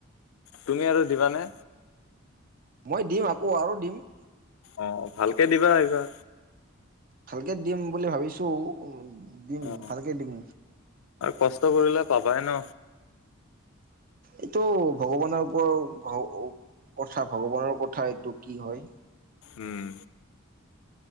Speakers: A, on the left; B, on the right.
A: তুমি আৰু দিবানে?
B: মই দিম আকৌ আৰু দিম।
A: অ' ভালকে দিবা আহিবা।
B: ভালকে দিম বুলি ভাবিছো দিম
A: অ
B: ভালকে দিম।
A: আৰু কষ্ট কৰিলে পাবাই ন।
B: এইটো ভগৱানৰ ওপৰত ব ও কথা ভগৱানৰ কথা এইটো কি হয়।
A: উম।